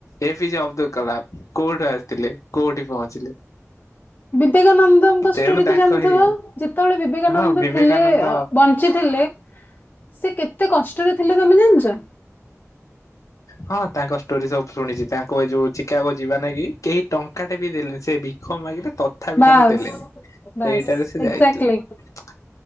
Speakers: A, on the left (about 80°); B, on the left (about 35°).
A: ଏପିଜେ ଅବଦୁଲ କଲାମ କୋଉଠୁ ଆସିଥିଲେ କୋଉଠି ପହଞ୍ଚିଲେ।
B: ବିବେକାନନ୍ଦଙ୍କ ଷ୍ଟୋରି
A: ତେଣୁ
B: ତ
A: ତାଙ୍କ
B: ଜାଣିଥିବ
A: ହେଇ
B: ଯେତେବେଳେ ବିବେକାନନ୍ଦ
A: ହଁ ବିବେକାନନ୍ଦ
B: ଥିଲେ ବଞ୍ଚିଥିଲେ ସେ କେତେ କଷ୍ଟରେ ଥିଲେ ତମେ ଜାଣିଛ?
A: ହଁ ତାଙ୍କ ଷ୍ଟୋରି ସବୁ ଶୁଣିଛି ତାଙ୍କୁ ଏଇ ଯୋଉ <unintelligible> ଯିବା ଲାଗି କେହି ଟଙ୍କା ଟେ ବି ଦେଲେ ସେ ବିକ ମାଗିଲେ ତଥାପି
B: ବାସ୍
A: ତାଙ୍କୁ ଦେଲ ସେଇଟାରେ
B: ବାସ୍
A: ସେ
B: ଏକ୍ଜାକ୍ଟଲି
A: ଯାଇଥିଲେ